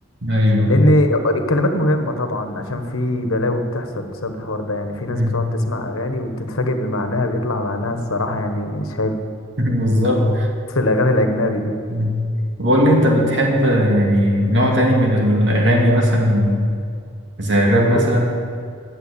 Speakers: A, on the right (about 55°); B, on the left (about 90°).
A: أيوه
B: لان الكلمات مهمة طبعا عشان في بلاوي بتحصل بسبب الحوار ده يعني في ناس
A: مم.
B: بتقعد تسمع اغاني وبتتفاجئ بمعناها بيطلع معناها الصراحة يعني مش حلو
A: <laughs> بالظبط
B: في الاغاني الاجنبي دي
A: مم. بقول لي انت بتحب يعني نوع تاني من الاغاني مثلا زي الراب مثلا
B: كو...